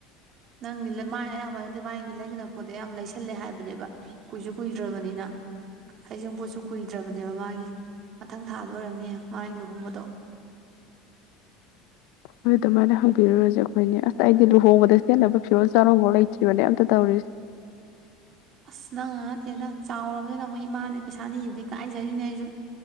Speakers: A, on the right; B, on the left.
A: ꯅꯪꯒꯤ ꯃꯥꯏ ꯑꯌꯥꯝꯕꯅꯗꯤ ꯃꯥꯒꯤ ꯂꯩꯒꯗꯕ ꯄꯣꯠꯇꯣ ꯌꯥꯝꯌꯥꯝ ꯂꯩꯁꯜꯂꯦ ꯍꯥꯏꯕꯅꯦꯕ ꯀꯨꯏꯁꯨ ꯀꯨꯏꯗ꯭ꯔꯕꯅꯤꯅ ꯍꯩꯖꯤꯡ ꯄꯣꯠꯁꯨ ꯀꯨꯏꯗ꯭ꯔꯕꯅꯦꯕ ꯃꯥꯒꯤ ꯃꯊꯪ ꯊꯥꯗ ꯑꯣꯏꯔꯝꯅꯤꯌꯦ ꯃꯥꯒꯤ ꯂꯨꯍꯣꯡꯕꯗꯣ
B: ꯍꯣꯏ ꯑꯗꯨꯃꯥꯏꯅ ꯍꯪꯕꯤꯔꯨꯔꯁꯦ ꯑꯩꯈꯣꯏꯅꯤ ꯑꯁ ꯑꯩꯗꯤ ꯂꯨꯍꯣꯡꯕꯗ ꯁꯦꯠꯅꯕ ꯐꯤꯔꯣꯜ ꯆꯥꯔꯣꯡꯐꯥꯎ ꯂꯩꯇ꯭ꯔꯤꯕꯅꯦ ꯑꯝꯇ ꯇꯧꯔꯤꯁꯦ
A: ꯑꯁ ꯅꯪ ꯗ ꯅꯠꯇꯦꯗ ꯆꯥꯎꯔꯕꯅꯤꯅ ꯑꯃꯨꯛ ꯏꯃꯥꯗꯤ ꯄꯩꯁꯥ ꯅꯤꯗꯨꯕ ꯏꯀꯥꯏꯖꯔꯤꯅꯦ ꯑꯩꯁꯨ